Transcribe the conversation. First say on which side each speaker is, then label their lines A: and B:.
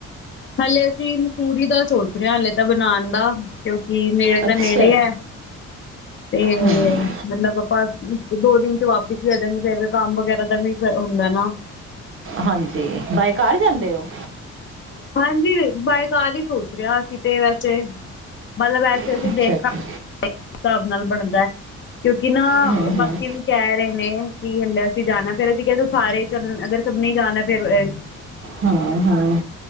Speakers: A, on the left; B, on the right.
A: ਹਲੇੇ ਅਸੀਂ ਮਸੂਰੀ ਦਾ ਸੋਚ ਰਹੇ ਹਾਂ ਹਾਲੇ ਤਾਂ ਬਣਾਉਣ ਦਾ ਕਿਉਂ, ਕਿ ਨੇੜੇ
B: ਅੱਛਾ
A: ਦਾ ਨੇੜੇ ਹੈ ਤੇ,
B: ਹੂੰ
A: ਮਤਲਬ ਆਪਾਂ ਦੋ ਦਿਨ ਚ ਵਾਪ ਕਿ ਹੋ ਜਾਂ ਫਿਰ ਕੰਮ ਵਗੈਰਾ ਦਾ ਵੀ ਹੁੰਦਾ ਨਾ।
B: ਹਾਂਜੀ ਬਏ ਘਰ ਜਾਂਦੇ ਹੋ।
A: ਹਾਂਜੀ ਬਏਕਾਰ ਹੀ ਸੋਚ ਰਿਹਾ ਅਸੀਂ ਤੇ ਵੈਸੇ। ਮਤਲਬ ਐਸੇ
B: ਅੱਛਾ
A: ਅਸੀਂ ਦੇਖਾਂ
B: ਅੱਛਾ
A: ਹਿਸਾਬ ਨਾਲ ਬਣਦਾ ਐ ਕਿਉਂਕਿ ਨਾ
B: ਹੂੰ ਹੂੰ
A: ਬਾਕੀ ਵੀ ਕਹਿ ਰਹੇ ਨੇ ਕੀ ਹੁੰਦਾ ਜਾਣਾ ਫੇਰ ਅਸੀਂ ਕਿਹਾ ਸਾਰੇ ਚ ਅਗਰ ਸਭ ਨੇ ਹੀ ਜਾਣਾ ਫਿਰ ਏ।
B: ਹਾਂ ਹਾਂ,